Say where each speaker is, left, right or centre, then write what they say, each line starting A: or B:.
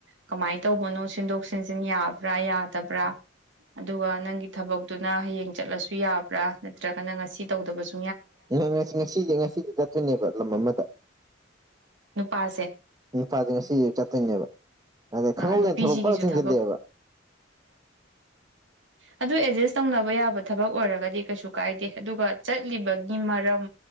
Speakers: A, on the right; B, on the right.
A: ꯀꯃꯥꯏ ꯇꯧꯕꯅꯣ ꯁꯤꯟꯗꯣꯛ ꯁꯤꯟꯖꯤꯟ ꯌꯥꯕ꯭ꯔꯥ ꯌꯥꯗꯕ꯭ꯔꯥ ꯑꯗꯨꯒ ꯅꯪꯒꯤ ꯊꯕꯛꯇꯨꯅ ꯍꯌꯦꯡ ꯆꯠꯂꯁꯨ ꯌꯥꯕ꯭ꯔꯥ ꯅꯠꯇ꯭ꯔꯒꯅ ꯉꯁꯤ ꯇꯧꯗꯕꯁꯨ
B: ꯉ ꯉꯁꯤꯁꯦ ꯉꯁꯤꯁꯦ ꯆꯠꯇꯣꯏꯅꯦꯕ ꯂꯝ ꯑꯃꯗ
A: ꯅꯨꯄꯥꯁꯦ
B: ꯅꯨꯄꯥꯖꯦ ꯉꯁꯤꯖꯦ ꯆꯠꯇꯣꯏꯅꯦꯕ ꯑꯗꯩ ꯈꯪꯍꯧꯗꯅ
A: ꯅꯨꯄꯤꯁꯤꯒꯤꯁꯨ
B: ꯊꯕꯛ ꯐꯠꯂꯥꯎ ꯆꯪꯖꯤꯜꯂꯛꯑꯦꯕ
A: ꯊꯕꯛ ꯑꯗꯨ ꯑꯦꯗꯖꯁ ꯇꯧꯅꯕ ꯌꯥꯕ ꯊꯕꯛ ꯑꯣꯏꯔꯒꯗꯤ ꯀꯩꯁꯨ ꯀꯥꯏꯗꯦ ꯑꯗꯨꯒ ꯆꯠꯂꯤꯕꯒꯤ ꯃꯔꯝ